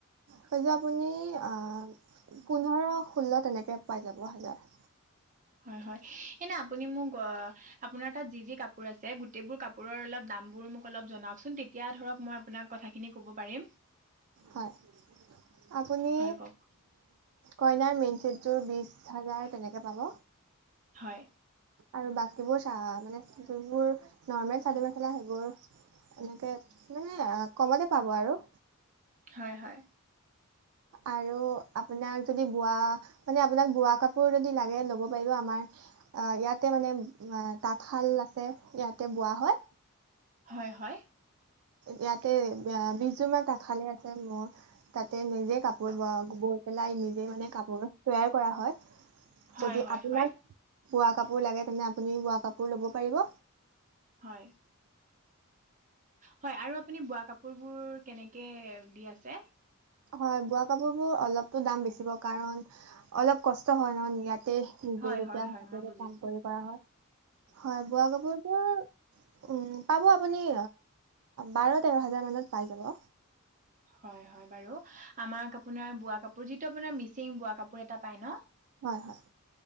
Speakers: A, on the right; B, on the right.
A: সেইযোৰ আপুনি আ, পোন্ধৰ ষোল্ল তেনেকৈ পাই যাব হাজাৰ।
B: <inaudible> হয়-হয় এনে আপুনি মোক অ, আপোনাৰ তাত যি-যি কাপোৰ আছে গোতেবোৰ কাপোৰৰ অলপ দাম বোৰ মোক অলপ জনাওকচোন তেতিয়া ধৰক মই আপোনাক কথাখিনি ক'ব পাৰিম।
A: হয় আপুনি
B: হয় কওক
A: কইনাৰ মেইন চিটটোৰ বিজ হাজাৰ তেনেকৈ পাব।
B: হয়।
A: আৰু বাকীবোৰ চ মানে যোনবোৰ নৰ্মেল চাদৰ মেখেলা সেইবোৰ। এনেকে মানে আ কমতে পাব আৰু।
B: হয় হয়।
A: আৰু আপোনাক যদি বোৱা মানে আপোনাক বোৱা কাপোৰ যদি লাগে ল'ব পাৰিব আমাৰ অ ইয়াতে মানে অ তাঁতশাল আছে, ইয়াতে বোৱা হয়।
B: হয় হয়।
A: ইয়াতে আয়া বিশজোৰ মান তাঁতশালে আছে। এতিয়া মোৰ তাতে নিজে কাপোৰ বোৱা, বৈ পেলাই নিজে মানে কাপোৰ তৈয়াৰ কৰা হয়।
B: হয়
A: যদি
B: হয় হয়
A: আপোনাক
B: হয়
A: বোৱা কাপোৰ লাগে তেন্তে আপুনি বোৱা কাপোৰ ল'ব পাৰিব
B: হয় হয় আৰু আপুনি বোৱা কাপোৰ বোৰ কেনেকে দি আছে
A: হয় বোৱা কাপোবোৰ অলপকৈ দাম বিছিব কাৰণ অলপ কষ্ট হয় নহয় তে নিজে
B: হয়
A: তেতিয়া
B: হয়
A: হাতেৰে
B: হয় মই বুজিছো
A: কাম কৰি কৰা হয়, হয় বোৱা কাপোৰবোৰ উম পাব আপুনি বাৰ তেৰ হাজাৰ মানত পাই যাব
B: হয় হয় বাৰু আমাক আপোনাৰ বোৱা কাপোৰ যিটো আপোনাৰ মিচিং বোৱা কাপোৰ এটা পায় ন
A: হয় হয়